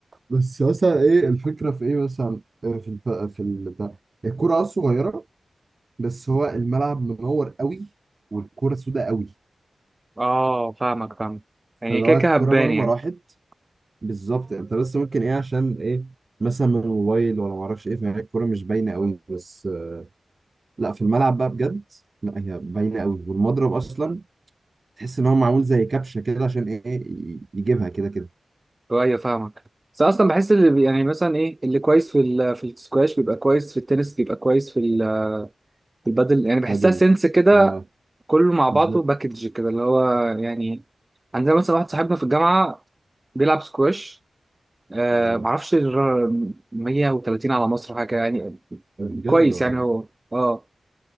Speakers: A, on the right; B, on the right.
A: بس مثلا ايه الفكره في ايه مثلا آه، في الب... في البتاع الكوره اه صغيره بس هو الملعب منور قوي والكوره سوداء قوي
B: اه فاهمك فاهمك يعني
A: فاللي
B: كده
A: هو
B: كده
A: الكوره
B: هبان
A: مهما
B: يعني
A: راحت بالظبط انت بس ممكن ايه عشان ايه مثلا من الموبايل ولا ما اعرفش ايه فهي الكوره مش باينه قوي بس آه، لا في الملعب بقى بجد لا هي باينه قوي والمضرب اصلا تحس ان هو معمول زي كبشه كده عشان ايه ي- يجيبها كده كده
B: ايوه فاهمك بس اصلا بحس اللي بي- يعني مثلا ايه اللي كويس في ال... في السكواش بيبقى كويس في التنس بيبقى كويس في ال... في البدل يعني بحسها
A: بدل
B: سنس كده
A: اه
B: كله مع بعضه
A: بالظبط
B: باكج كده اللي هو يعني عندنا مثلا واحد صاحبنا في الجامعه بيلعب سكواش آه
A: اه
B: معرفش الر- 130 على مصر حاجة يعني
A: بجد
B: كويس
A: والله
B: يعني هو اه